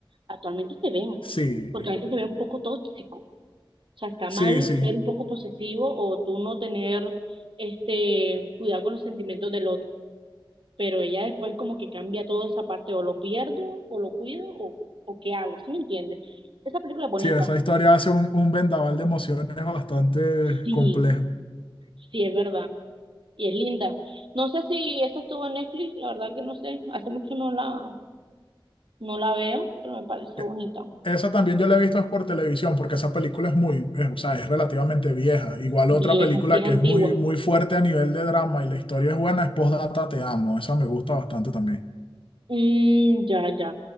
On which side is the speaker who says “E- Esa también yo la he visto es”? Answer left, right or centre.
Left